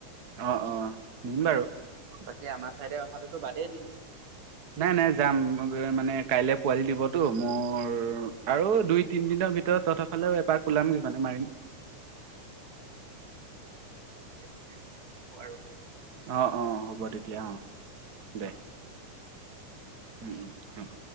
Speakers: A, on the right (about 45°); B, on the right (about 70°).
A: অ', অ', বাৰু।
B: বাকী আমাৰ চাইডে অহাটোতো বাদেই দিলি।
A: নাই, নাই যাম। মানে কাইলৈ পোৱালি দিবতো মোৰ আৰু দুই তিনদিনৰ ভিতৰত তহতৰফালেও এপাক ওলামগে মানে মাৰিম।
B: গেতয়া সম আৰু
A: অ', অ', হ'ব তেতিয়া অ', দে। উম, উম আপ।